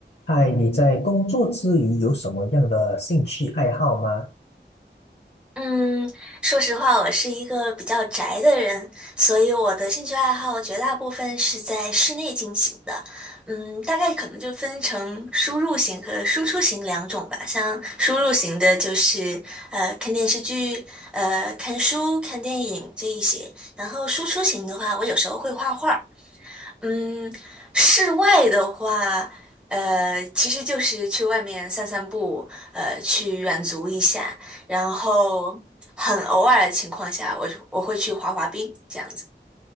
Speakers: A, on the left (about 65°); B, in the centre.
A: 嗨，你在工作之余有什么样的兴趣爱好吗？
B: 嗯，说实话，我是一个比较宅的人，所以我的兴趣爱好绝大部分是在室内进行的。嗯，大概可能就分成输入型和输出型两种吧。像输入型的，就是呃看电视剧、呃看书、看电影这一些。然后输出型的话，我有时候会画画。嗯，室外的话，呃，其实就是去外面散散步，呃，去远足一下，然后很偶尔的情况下，我就我会去滑滑冰这样子。